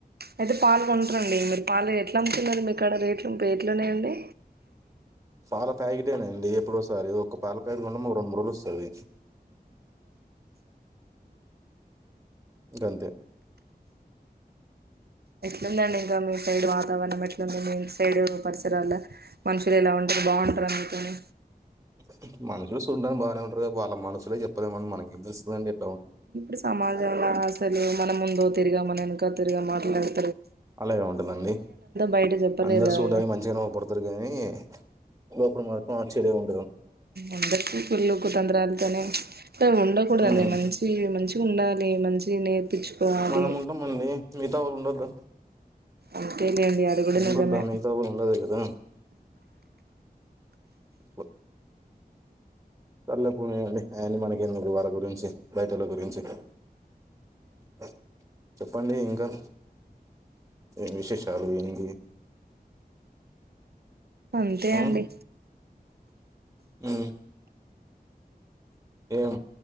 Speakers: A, on the right (about 80°); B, on the right (about 20°).
A: అయితే పాలు కొంటరండి మరి. ఆలు ఎట్ల అమ్ముతున్నరు మీకడ రేట్లు ఎట్లున్నాయండి.
B: పాల ప్యాకెటేనండి ఎప్పుడు వొస్. సరే ఒక్క పాల్. రెండు మూడు రోజులు ఒస్తది. గంతే.
A: ఎట్లుందండి ఇంకా మీ సైడ్ వాతావరణం ఎట్లుంది అండి. సైడ్ పరిసరాళ్ళ మనుషులు ఎలా ఉంటారు బాటరా మీతోని.
B: <inaudible> మనషులు సూడానికి బానే ఉంటారు కానీ వాళ్ళ మనసు. నువే చెప్పాలొవన్ మనకి <unintelligible>
A: ఇప్పుడు సమాజంలో అసలు మన ముందు తిరిగం మన ఎనకల తిరిగం మాట్లాడి
B: అలా ఏం ఉంటదండి,
A: బయట చెప్పలేరు
B: అందరు
A: కదండి
B: సూడ్డానికి మంచివనే అవ్ పడతారు కానీ లోపాల మాత్రం చెడే ఉం
A: అందరికీ కుళ్ళు కుతంత్రాలతోనే సం ఉండకూడదండి
B: మ్మ్
A: మంచీ మంచిగా ఉండాల్. లే మంచి నేర్పించుకోవాలి
B: మనం ఉంటంమండి, మితా వాళ్ళు ఉండోద్ద
A: అంతేలేండి అది కూడా
B: ఉంగద్ద
A: నిజమే
B: మిగతావొ ఉండాది కదా. అ సర్లే పోనియండి అయిన్ని మనకెందుకు వాల గురించి బయటల గురించి ఆ చెప్పండి ఇంకా, ఏం విశేషాలు ఏంది.
A: అంతే
B: మ్మ్
A: అండి.
B: మ్మ్ ఏం